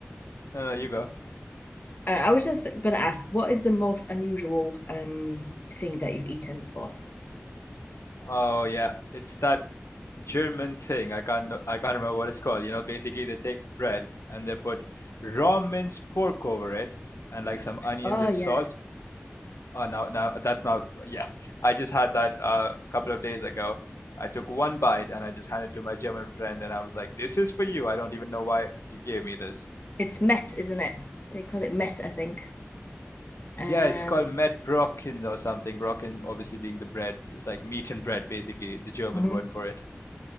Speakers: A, on the left; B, on the left.
A: No, no, you go.
B: Uh, I was just gonna ask, what is the most unusual um thing that you've eaten before?
A: Oh yeah, it's that German thing. I can't, I can't remember what it's called. You know, basically they take bread and they put raw minced pork over it and like some onions
B: Oh
A: and
B: yeah,
A: salt Oh, no, no, that's not. Yeah, I just had that uh, a couple of days ago. I took one bite and I just handed it to my German friend, and I was like, "This is for you. I don't even know why you gave me this."
B: it's met, isn't it? They call it met, I think. Um,
A: Yeah, it's called Medbrocken or something. Brocken, obviously being the bread, it's like meat and bread, basically the German
B: mhm.
A: word for it.